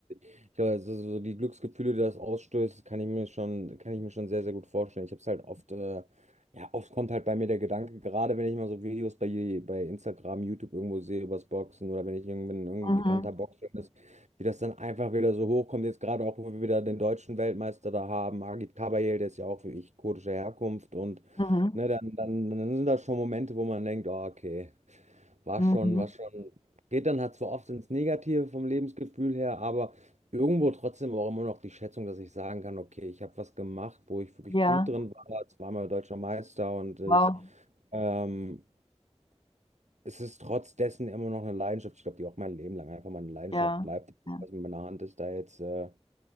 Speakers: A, on the right (about 80°); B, on the left (about 45°).
A: Ich glaube, also so die Glücksgefühle, die das ausstößt, kann ich mir schon, kann ich mir schon sehr, sehr gut vorstellen. Ich habe es halt oft, äh, ja, oft kommt halt bei mir der Gedanke, gerade wenn ich mal so Videos bei, bei Instagram, YouTube irgendwo sehe übers Boxen oder wenn ich irgendwann irgendein
B: Mhm.
A: bekannter Boxer ist, wie das dann einfach wieder so hochkommt. Jetzt gerade auch, wo wir wieder den deutschen Weltmeister da haben, Agit Kabayel, der ist ja auch wie ich kurdischer Herkunft und
B: Mhm.
A: ne, dann, dann, dann sind das schon Momente, wo man denkt, oh, okay. War
B: Mhm.
A: schon, war schon. Geht dann halt zwar oft ins Negative vom Lebensgefühl her, aber irgendwo trotzdem auch immer noch die Schätzung, dass ich sagen kann, okay, ich habe was gemacht, wo ich wirklich
B: Ja,
A: gut drin war, zweimal deutscher Meister und ich,
B: wow.
A: ähm, es ist trotz dessen immer noch eine Leidenschaft. Ich glaube, die auch mein Leben lang einfach meine Leidenschaft
B: Ja.
A: bleibt,
B: Ja.
A: was mit meiner Hand ist da jetzt. Äh,